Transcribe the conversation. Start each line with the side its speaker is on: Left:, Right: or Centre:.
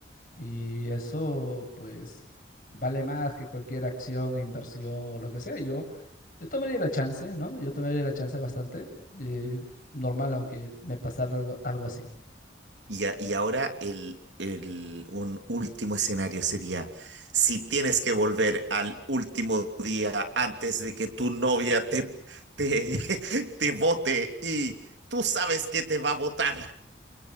Left: Y eso, pues, vale más que cualquier acción, inversión o lo que sea. Yo, yo tomaría la chance, ¿no? Yo tomaría la chance bastante, eh, normal, aunque me pasara algo, algo así.
Right: Y, a- y ahora el, el- un último escenario sería, si tienes que volver al último día antes de que tu novia te, te, <laughs> te vote y tú sabes que te va a votar.